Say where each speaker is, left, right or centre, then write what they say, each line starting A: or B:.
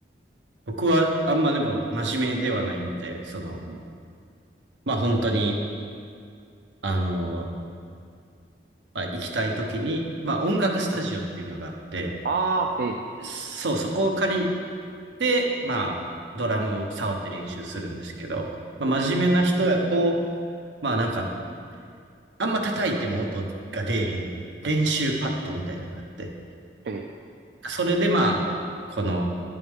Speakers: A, on the right (about 85°); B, on the right (about 55°).
A: 僕はあんまでも真面目ではないので、その、
B: うんうんうん
A: まあ本当に、あの、まあ、行きたい時に、まあ音楽スタジオっていうのがあって、
B: え、ああ、ええ、
A: そう、そこを借りて、まあドラム触って練習するんですけど、まあ、
B: ええ、
A: 真面目な人やと、まあなんか、あんま叩いても音が出えへん練習パッドみたいなのがあって、
B: え
A: それでまあ、この、